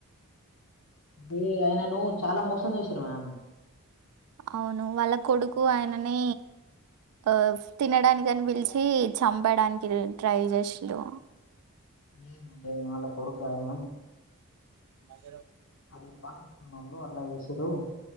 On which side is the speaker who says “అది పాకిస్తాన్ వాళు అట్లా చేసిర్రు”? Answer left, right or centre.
Left